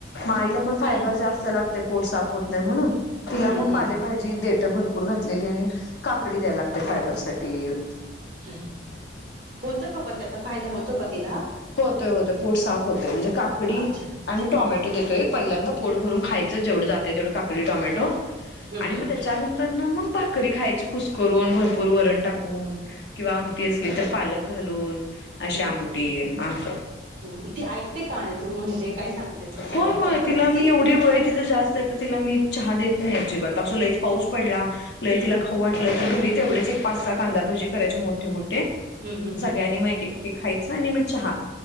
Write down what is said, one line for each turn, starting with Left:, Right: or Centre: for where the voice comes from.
Left: म आईला पण फायबर
Right: आणि
Left: जास्त लागतय पोट साफ होत नाही म्हणून तिला
Right: हम्म
Left: मग पालेभाजी
Right: हम्म
Left: देतोय भरपूर घातलेली आणि काकडी द्यायला लागत्या फायबर साठी
Right: <inaudible> होतो का पण त्याचा फायदा होतो का तिला
Left: होतय होतय पोट साफ होतोय म्हणजे काकडी
Right: अच्छा
Left: आणि
Right: हम्म
Left: टोमॅटो देतोय पहिल्यांदा पोट भरून खायचं जेवढ जातंय तेवढं काकडी टोमॅटो
Right: हम्म
Left: आणि
Right: हम्म
Left: म त्याच्या नंतर्न मग भाकरी खायची कुसकरून भरपूर वरण टाकून किंवा आमटी असली तर पालक घालून अशी
Right: हम
Left: आमटी
Right: हम
Left: असं
Right: हम ती ऐकते का आणि तू म्हणजे जे काय सांगतेस ते सगळं
Left: होय होय
Right: फॉलो करते
Left: तिला मी
Right: ती?
Left: एवढी वय तिच जास्त आहे त तिला मी चहा देत नाही अजिबात असं लईच पाऊस पाडला लय
Right: हम्म
Left: तिला खाऊ वाटल तर घरी तेवढेच एक पाच साहा कांदा भजी करायची मोठे मोठे
Right: हम्म हम्म
Left: सगळ्यांनी
Right: हम्म
Left: म एक एक खायच आणि मग चहा